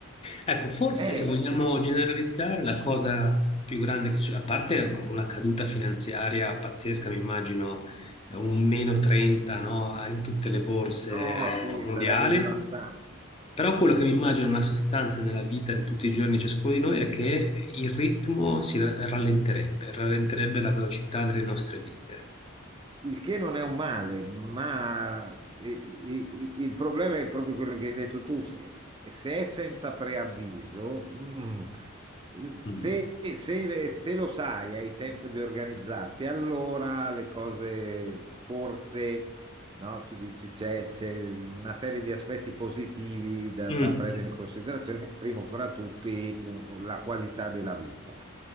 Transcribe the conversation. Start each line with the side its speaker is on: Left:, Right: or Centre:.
Left: Ecco, forse
Right: eh,
Left: se vogliamo generalizzare, la cosa più grande, che succe- a parte una caduta finanziaria pazzesca, mi immagino eh, un meno 30, no, in tutte le borse
Right: no, sì,
Left: eh, mondiali,
Right: sarebbe devastante.
Left: però quello che mi immagino nella sostanza e nella vita di tutti i giorni ciascuno di noi è che il ritmo si ra- rallenterebbe, rallenterebbe la velocità delle nostre vite.
Right: Il che non è un male, ma e- e- e- il problema è proprio quello che hai detto tu. Se, se è senza preavviso, mm, se,
Left: Mm.
Right: se- se lo sai, hai tempo di organizzarti, allora le cose forse, no? Tu dici c'è c'è una serie di aspetti positivi da,
Left: Mm.
Right: da prendere in considerazione, primo fra tutti u- la qualità della vita.